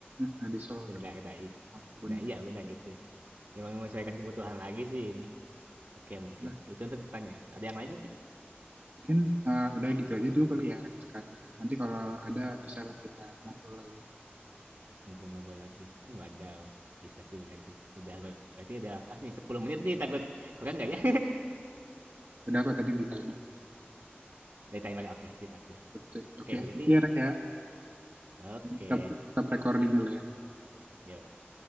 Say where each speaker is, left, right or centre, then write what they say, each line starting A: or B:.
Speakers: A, on the right; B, on the right.
A: nah,
B: <laughs>
A: di solder.
B: benar tadi
A: Ampun.
B: nah iya benar itu yang menyesuaikan kebutuhan lagi sih ini oke mungkin
A: Nah,
B: itu untuk pertanyaan ada yang lain mungkin
A: mungkin eh, udah gitu aja dulu kali ya rek sekarang. Nanti kalau ada bisa lah kita ngobrol lagi.
B: Ngobrol-ngobrol lagi. Wadaw. Bisa sih bener sih. Udah ber- berarti udah pas nih 10 menit nih takut kurang nggak ya?
A: Udah kok tadi di timer.
B: <laughs> Dari timer. Oke, sip atuh.
A: Oke,
B: Oke,
A: thank
B: berarti
A: you ya Rex ya.
B: oke.
A: Stop, stop recording dulu ya.
B: Yuk.